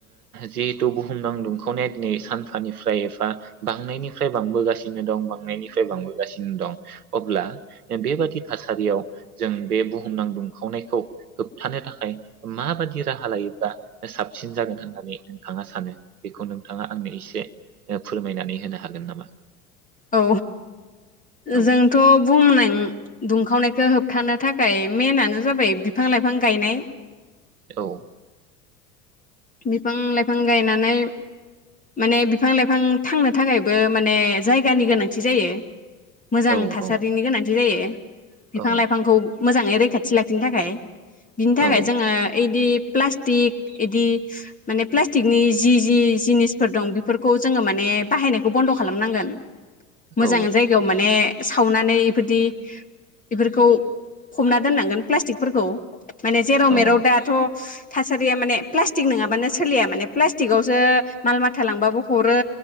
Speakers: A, on the right; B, on the left.
A: जिहेथु बुहुमनां दुंखावनाया दिनै सानफानिफ्राय एफा बांनायनिफ्राय बांबोगासिनो दं बांनायनिफ्राय बांबोगासिनो दं अब्ला बेबादि थासारियाव जों बे बुहुमनां दुंखावनायखौ होबथानो थाखाय माबाददि राहा लायोब्ला साबसिन जागोन होननानै नोंथाङा सानो बेखौ नोंथाङा आंनो एसे फोरमायनानै होनो हागोन नामा?
B: औ
A: औ
B: जोंथ' बुंनाय दुंखावनायखौ होबथानो थाखाय मेनानो जाबाय बिफां लाइफां गायनाय
A: औ
B: बिफां लाइफां गायनानै माने बिफां लाइफां थांनो थाखायबो माने जायगानि गोनांथि जायो । मोजां
A: औ
B: थासारिनि
A: औ
B: गोनांथि जायो । बिफां
A: औ
B: लाइफांखौ । मोजाङै रैखाथि लाखिनो थाखाय । बिनि थाखाय
A: औ
B: जोङो ओइदि प्लास्टिक इदि माने प्लास्टिकनि जि जि जिनिसफोर दं बेफोरखौ जोङो माने बाहायनायखौ बन्द' खालामनांगोन। मोजां
A: औ
B: जायगायाव माने सावनानै इफोरदि बेफोरखौ फबना दोननांगोन प्लास्टिकफोरखौ । माने जेराव
A: औ
B: मेराव दाथ' थासारिया माने प्लास लाटिक नङाबानो सोलिया माने प्लास्टिकावसो माल माथा लांबाबो हरो